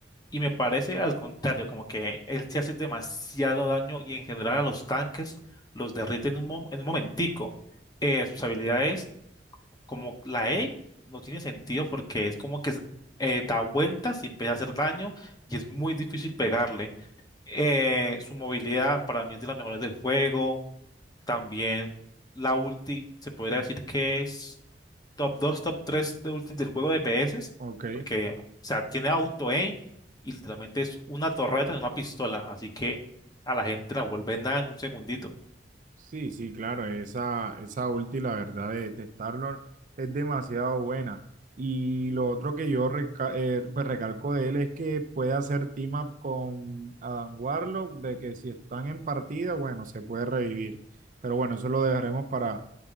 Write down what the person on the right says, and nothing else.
Ok.
Sí, sí, claro, esa, esa ulti, la verdad, de, de Star-Lord es demasiado buena. Y lo otro que yo reca- eh, pues recalco de él es que puede hacer team up con Adam Warlock, de que si están en partida, bueno, se puede revivir. Pero bueno, eso lo dejaremos para